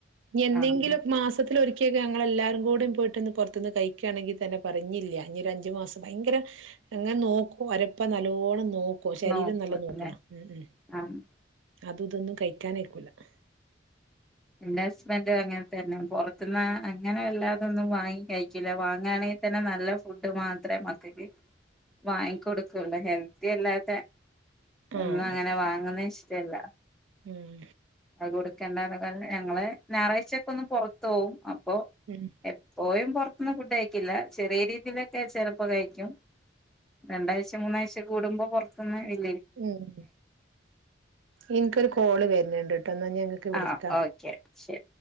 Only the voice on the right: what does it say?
എന്തെങ്കിലും
മാസത്തി ആണ്ടിലൊരിക്കൊക്ക ഞങ്ങളെല്ലാവരും കൂടി പോയിട്ടൊന്ന് പുറത്തുന്ന് കഴിക്കുകയാണെങ്കിൽ തന്നെ പറയും ഇനി ഒരു അഞ്ച് മാസം ഭയങ്കര അങ്ങനെ നോക്കും വരപ്പ നല്ലോണം നോക്കും ശരീരം
നല്ല നോക്കണം
ഉം
അത് ഇതൊന്നും കഴിക്കാനിരിക്കൂലന്നെ
ആഹ്
ഉം
ഉം
ഉം ഇൻക്ക് ഒരു കോൾ വരുന്നു ഞാൻ ഇങ്ങൾക്ക് വിളിക്ക